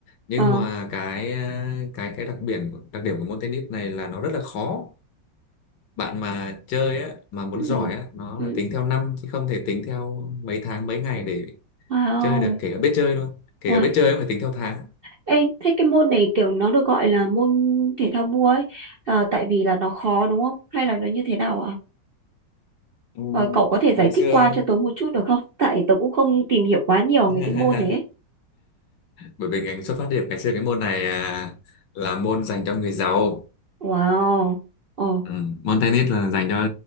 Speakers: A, on the left; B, on the right.
A: nhưng
B: vâng.
A: mà cái à, cái cái đặc biệt đặc điểm của môn tennis này là nó rất là khó bạn mà chơi á mà muốn
B: Ừ
A: giỏi á nó
B: ừ.
A: là tính theo năm chứ không thể tính theo mấy tháng mấy ngày để
B: Wow
A: chơi được kể cả biết chơi luôn kể
B: wow.
A: cả biết chơi cũng phải tính theo tháng
B: Ê, thế cái môn này kiểu nó được gọi là môn thể thao vua ấy ờ, tại vì là nó khó đúng không? Hay là nó như thế nào ạ?
A: Ừ,
B: Ờ, cậu có thể giải
A: ngày xưa
B: thích qua cho tớ một chút được không? Tại tớ cũng không tìm hiểu quá nhiều
A: <laughs>
B: về cái môn này ấy.
A: bởi vì ngành xuất phát điểm ngày xưa cái môn này à, là môn dành cho người giàu
B: Wow. Ờ,
A: Ừ, môn tennis là dành cho